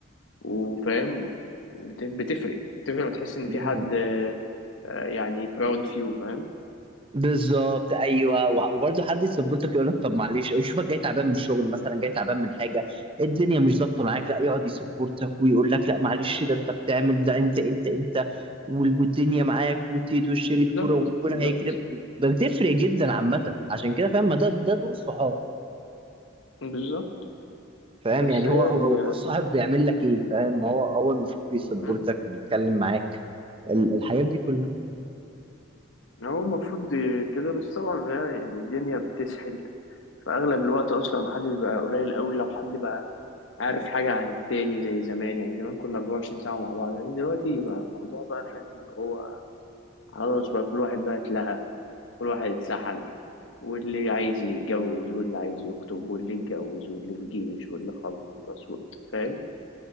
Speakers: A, on the left (about 80°); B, on the right (about 30°).
A: وفاهم بت- بتفرق بتفرق وتحس ان
B: مم.
A: في حد آه، آه، يعني proud of you فاهم
B: بالظبط ايوه وبرضه حد يسبورتك يقول لك طب معلش يشوفك جاي تعبان من الشغل مثلا جاي تعبان من حاجه الدنيا مش ظابطه معاك لا يقعد يسبورتك ويقول لك لا معلش ده انت بتعمل ده انت انت انت وال- والدنيا معاك وتيت وشريط
A: بالظبط
B: كوره وربنا
A: بالظبط
B: هيكرم بتفرق جدا عامه عشان كده فاهم ما ده ده دول الصحاب
A: بالظبط
B: فاهم
A: بس
B: يعني
A: هي
B: هو هو
A: ال
B: هو الصاحب بيعمل لك ايه فاهم هو هو المفروض بيسبورتك
A: مم.
B: بيتكلم معاك ال- الحاجات دي كلها
A: هو المفروض كده بس طبعا هي يعني الدنيا بتسحل فاغلب الوقت اصلا محدش بقى قليل قوي لو حد بقى عارف حاجه عن التاني زي زمان يعني زمان كنا 24 ساعه مع بعض لكن دلوقتي بقى الموضوع بقى فاهم اللي هو خلاص بقى كل واحد بقى اتلهى كل واحد اتسحل واللي عايز يتجوز واللي عايز يخطب واللي اتجوز واللي في جيش واللي خلص و- فاهم